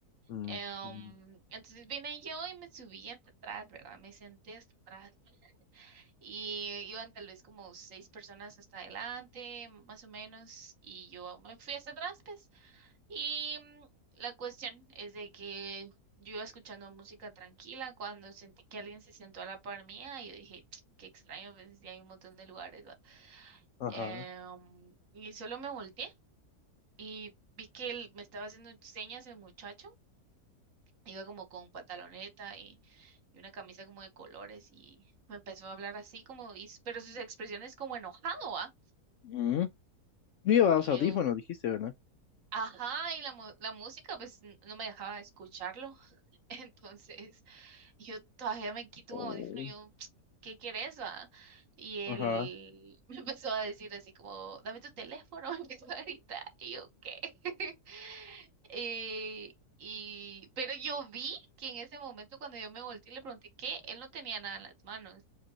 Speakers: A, on the left (about 70°); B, on the right (about 60°).
A: Mm,
B: em,
A: mm,
B: entonces vine yo y me subí hasta atrás, ¿verdad? Me senté hasta atrás y iban tal vez como seis personas hasta adelante, más o menos, y yo me fui hasta atrás, pues Y mm, la cuestión es de que yo iba escuchando música tranquila cuando sentí que alguien se sentó a la par mía y yo dije, "Ch, qué extraño, pues sí hay un montón de lugares, ¿va?".
A: Ajá.
B: Em, y solo me volteé y vi que él me estaba haciendo señas el muchacho, iba como con pantaloneta y, y una camisa como de colores y me empezó a hablar así como, y, s- pero sus expresiones como enojado, ¿va?
A: Mm. Llevabas
B: Y
A: audífonos,
B: yo,
A: dijiste, ¿verdad?
B: ajá, y la, mu- la música pues n- no me dejaba escucharlo. <laughs> Entonces... Y yo todavía me quito
A: Oh,
B: un audífono y yo, <tsk> ¿qué querés, va? Y él
A: ajá.
B: <laughs> me empezó a decir así como, dame tu teléfono, <laughs> me empezó a gritar. Y yo, ¿qué? <laughs> Eh, y, pero yo vi que en ese momento cuando yo me volteé y le pregunté qué, él no tenía nada en las manos.